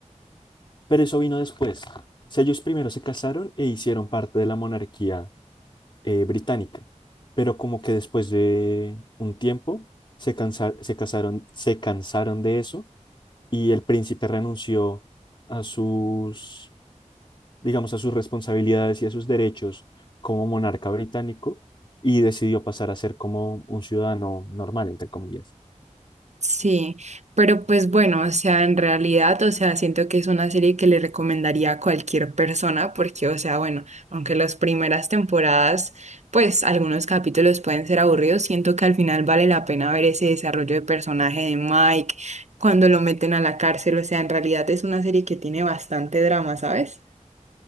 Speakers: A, on the left; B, on the right.
A: Pero eso vino después. O sea, ellos primero se casaron e hicieron parte de la monarquía eh, británica, pero como que después de un tiempo se cansa- se casaron, se cansaron de eso y el príncipe renunció a sus, digamos, a sus responsabilidades y a sus derechos como monarca británico y decidió pasar a ser como un ciudadano normal, entre comillas.
B: Sí, pero pues bueno, o sea, en realidad, o sea, siento que es una serie que le recomendaría a cualquier persona porque, o sea, bueno, aunque las primeras temporadas, pues algunos capítulos pueden ser aburridos, siento que al final vale la pena ver ese desarrollo de personaje de Mike cuando lo meten a la cárcel, o sea, en realidad es una serie que tiene bastante drama, ¿sabes?